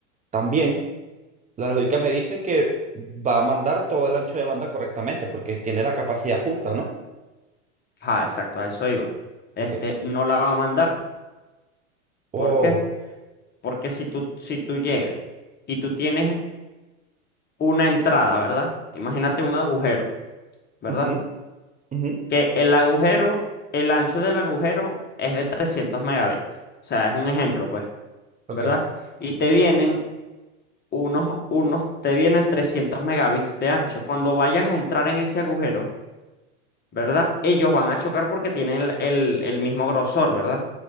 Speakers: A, on the right; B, on the left.
A: también, la lógica me dice que va a mandar todo el ancho de banda correctamente porque tiene la capacidad justa, ¿no?
B: ah, exacto, a eso iba. Este
A: Ok.
B: no la va a mandar.
A: Oh.
B: ¿Por qué? Porque si tú, si tú llegas y tú tienes una entrada, ¿verdad? Imagínate un agujero, ¿verdad?
A: Ujú, ujú,
B: que el agujero, el ancho del agujero es de 300 megabits. O sea, es un ejemplo, pues,
A: Ok.
B: ¿verdad? Y te vienen unos, unos, te vienen 300 megabits de ancho. Cuando vayan a entrar en ese agujero, ¿verdad? Ellos van a chocar porque tienen el, el- el mismo grosor, ¿verdad?